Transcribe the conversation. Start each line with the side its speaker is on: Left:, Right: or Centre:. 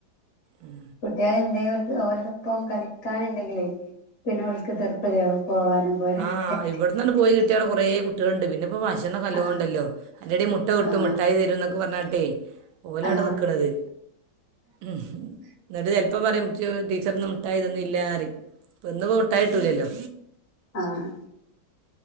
Right: ഉം
Left: കുട്ടികളണ്ട് ഓലോടൊപ്പം കളിക്കാനുണ്ടെങ്കിലേ പിന്നെ ഓൾക്ക് തീർപ്പതയാവും പോവാനും പോരാനൊക്കെ
Right: ആഹ് ഇവിടന്നാണ്ട് പോയി കിട്ടിയ കുറെ കുട്ടികളൾണ്ട് പിന്നെ ഇപ്പൊ ഭശനൊക്കേ നല്ലേ
Left: ആ
Right: ഉണ്ടല്ലോ അയിന്റെടി മുട്ട കിട്ടും
Left: ആ
Right: മിട്ടായി തരും എന്നൊക്കെ പറഞ്ഞാട്ടെ ഓലവടെ
Left: ആ
Right: നിക്കണത്. ഉം ഇന്നിട്ട് ചെലപ്പോ പറിംഇന്ക് ടീച്ചർന്ന് മിട്ടായിതന്നീലാറിം ഇപ്പ ഇന്ന് ട്ടായിട്ടൂലല്ലോ.
Left: ആഹ്